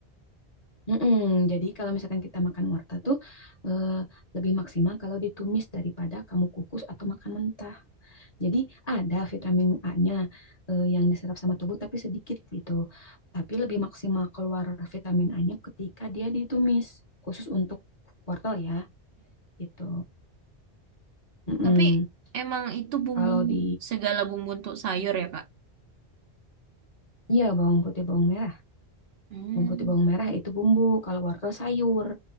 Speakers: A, on the left; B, on the right.
A: Mm-mm. Jadi kalau misalkan kita makan wortel tuh eh, lebih maksimal kalau ditumis daripada kamu kukus atau makan mentah. Jadi ada vitamin A-nya eh, yang diserap sama tubuh tapi sedikit gitu. Tapi lebih maksimal keluar vitamin A-nya ketika dia ditumis, khusus untuk wortel ya gitu. Mm-mm.
B: Tapi emang itu bumbu
A: Kalau di
B: segala bumbu untuk sayur ya, Kak?
A: iya bawang putih bawang merah,
B: Hmm,
A: bawang putih bawang merah itu bumbu, kalau wortel sayur